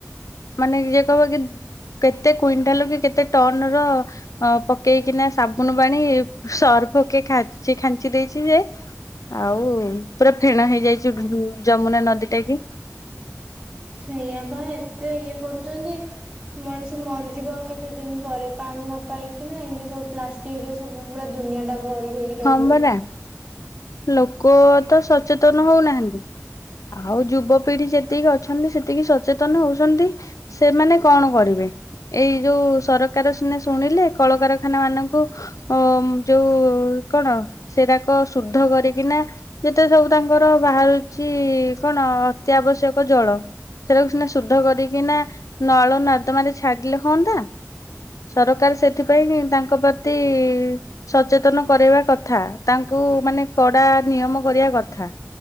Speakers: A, on the left (about 85°); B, on the right (about 20°).
A: ମାନେ ଏ। <inaudible> କେତେ କୁଇଣ୍ଟାଲ କି କେତେ ଟନ ର ପକେଇକିନା ସାବୁନ ପାଣି ସର୍ଫକା ଖାଞ୍ଚି ଦେଇଛି ଯେ ଆଉ ପୁରା ଫେଣା ହେଇଯାଇଛି ଯମୁନା ନଦୀ ଟା କି
B: ସେଇଆ ବା ଏତେ ଇଏ କରୁଛନ୍ତି ମଣିଷ ମରିଯିବ ଆଉ କେତେ ଦିନ ପରେ ପାଣି ନ ପାଇକିନା ଏମିତି ସବୁ ପ୍ଲାଷ୍ଟିକରେ ସବୁ ପୁରା ଦୁନିଆ ଟା। ଭରି ହେଇକି ରହିଯିବ।
A: ହଁ ପରା ଲୋକ ତ ସଚେତନ ହଉନାହାନ୍ତି ଆଉ ଯୁବପିଢି ଯେତିକି ଅଛନ୍ତି ସେତିକି ସଚେତନ ହଉଛନ୍ତି ସେମାନେ କଣ କରିବେ ଏଇ ଯୋଉ ସରକାର ସିନା ଶୁଣିଲେ କଳକାରଖାନା ମାନଙ୍କୁ ଅ ଯୋଉ। କଣ ସେଡାକ ଶୁଦ୍ଧ କରିକିନା ଯେତେ ସବୁ ତାଙ୍କର ବାହାରୁଛି କଣ ଅତି ଆବଶ୍ୟକ ଜଳ ସେଟାକୁ ସିନା ଶୁଦ୍ଧ କରିକିନା ନଳ ମାଧମା ରେ ଛାଡ଼ିଲେ ହୁଅନ୍ତା ସରକାର ସେଥିପାଇଁ ତାଙ୍କ ପ୍ରତି ସଚେତନ। କରେଇଵା କଥା ତାଙ୍କୁ ମାନେ କଡା ନିୟମ କରିବା କଥା